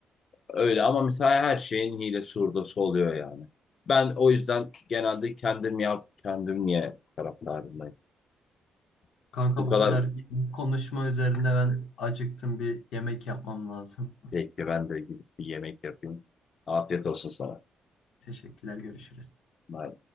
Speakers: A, on the left; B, on the left.
A: öyle ama mesela her şeyin hilesi hurdası oluyor yani. Ben o yüzden genelde kendim yap, kendim ye taraftarındayım.
B: Kanka
A: Bu kadar
B: bu kadar konuşma üzerine ben acıktım bir yemek yapmam lazım.
A: Peki ben de gidip bir yemek yapayım. Afiyet olsun sana.
B: Teşekkürler görüşürüz.
A: Bye.